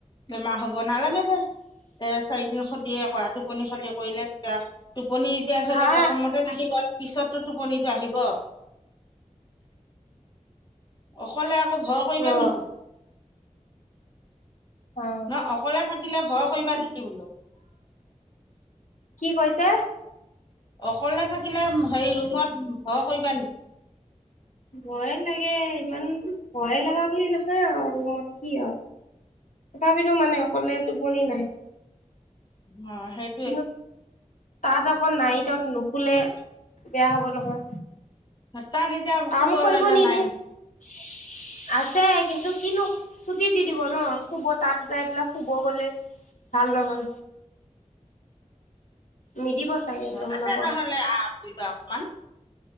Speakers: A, on the left; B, on the left.
A: বেমাৰ হ'ব, নালাগে দে। এ চাৰিদিন ক্ষতিয়ে হয়, আৰু টোপনি ক্ষতি কৰিলে তেতিয়া, টোপনি এতিয়া ধৰিলে
B: হা
A: প্ৰথমতে নাহিব, পিছতো টোপনিটো আহিব। অকলে আকৌ ভয় কৰিবা
B: অ'
A: নেকি?
B: অ'
A: নহয়, অকলে থাকিলে ভয় কৰিবা নেকি বোলো?
B: কি কৈছে?
A: অকলে থাকিলে হেৰি ৰুমত ভয় কৰিবা নেকি?
B: ভয়ে লাগে, ইমান ভয় লগা বুলি নহয় আৰু ৰুমত কি আৰু। তথাপিতো মানে অকলে টোপনি নাহে।
A: অ' সেই
B: দি, তাঁত আকৌ নাইটত নুশুলে বেয়া হ'ব নহয়।
A: তাত এতিয়া
B: কাম
A: শুব
B: কৰিব
A: জাগা নাই।
B: <unintelligible> আছে, কিন্তু কিনো ছুটি দি দিব ন, শুব তাত যাই পেলাই শুব গ'লে। ভাল নহ'ল। নিদিব। চাগে
A: অ'
B: গম
A: তাতে
B: নাপাওঁ
A: নহ'লে আহ ফুৰিবা অকমান।